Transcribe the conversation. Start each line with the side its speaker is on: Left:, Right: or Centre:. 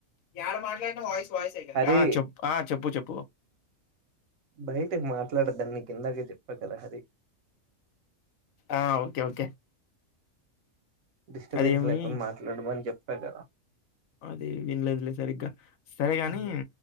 Left: యాడ మాట్లాడినా వాయిస్.
Right: హరి
Left: ఆ చెప్ ఆ చెప్పు చెప్పు.
Right: బయటకి మాట్లాడద్దని నీకు ఇందాకే చెప్పా కదా హరి.
Left: ఆ ఓకే ఓకే.
Right: డిస్టబెన్స్
Left: అదేమి
Right: లేకుండా మాట్లాడమని చెప్. ట గదా
Left: అది వినలేదులే సరిగ్గా. సరేగాని
Right: ఉహు.